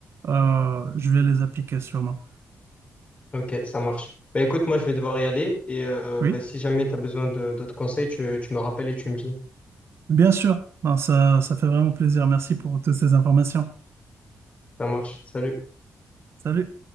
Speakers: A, on the right; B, on the left.
A: euh, je vais les appliquer sûrement.
B: Ok, ça marche. Bah écoute, moi je vais devoir y aller et euh,
A: Oui,
B: bah, si jamais tu as besoin de d'autres conseils, tu, tu me rappelles et tu me dis.
A: bien sûr. Ben, ça, ça fait vraiment plaisir. Merci pour toutes ces informations.
B: Ça marche. Salut.
A: Salut.